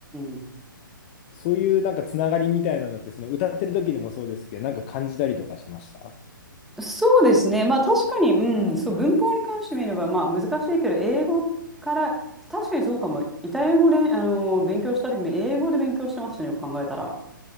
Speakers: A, in the centre; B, on the left (about 30°).
A: うん。
B: そういうなんかつながりみたいなのって、その歌ってる時でもそうですけど、なんか感じたりとかしました。
A: そうですね。まあ、確かに、うん、そう、文法に関して見れば、まあ、難しいけど、英語から、確かにそうかも。イタリア語で、あの、勉強した時も、英語で勉強してましたね、よく考えたら。